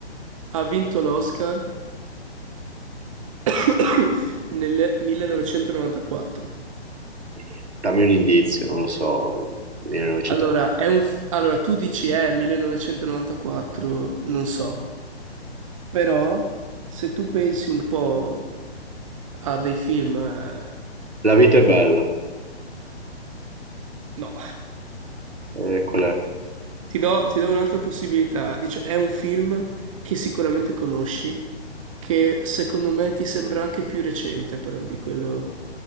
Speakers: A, on the right (about 30°); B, on the right (about 75°).
A: ha vinto l'Oscar? <coughs> nel 1994.
B: Eh, Dammi un indizio, non lo so. 1900.
A: Allora, è un f- allora, tu dici, eh, 1994, non so, però se tu pensi un po' a dei film, eh,
B: La vita è bella.
A: no.
B: Eh, qual è?
A: Ti do, ti do un'altra possibilità. Dice, è un film che sicuramente conosci, che secondo me ti sembra anche più recente, però, di quello,